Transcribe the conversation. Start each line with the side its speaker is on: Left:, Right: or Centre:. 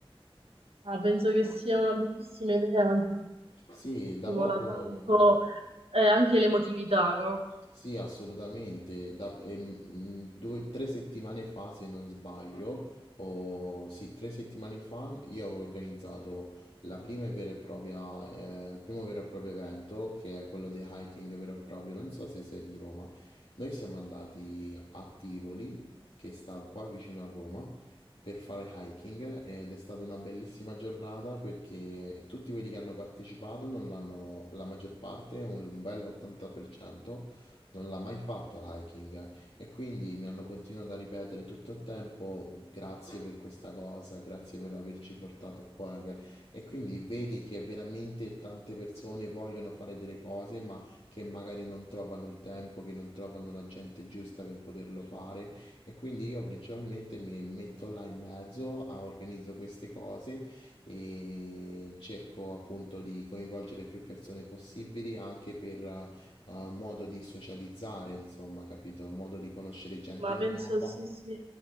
Right: Ah, penso che sia una bellissima idea anche perché
Left: Sì, da
Right: stimola
Left: poco
Right: tanto eh, anche l'emotività, no?
Left: Sì, assolutamente. Da, ehm, mm, due, tre settimane fa, se non sbaglio, o sì, tre settimane fa, io avevo organizzato la prima e vera e propria, eh, il primo vero e proprio evento, che è quello di hiking vero e proprio. Non so se sei di Roma. Noi siamo andati a Tivoli, che sta qua vicino a Roma, per fare hiking ed è stata una bellissima giornata perché tutti quelli che hanno partecipato, non l'hanno, la maggior parte, un bel 80% non l'ha mai fatto l'hiking e quindi mi hanno continuato a ripetere tutto il tempo grazie per questa cosa, grazie per averci portato qua che- e quindi vedi che veramente tante persone vogliono fare delle cose ma che magari non trovano il tempo, che non trovano la gente giusta per poterlo fare e quindi io principalmente mi metto là in mezzo, a- organizzo queste cose e cerco appunto di coinvolgere più persone possibili anche per eh, ha un modo di socializzare, insomma, capito? Un modo di conoscere gente
Right: ma penso
Left: nuova,
Right: sì, sì,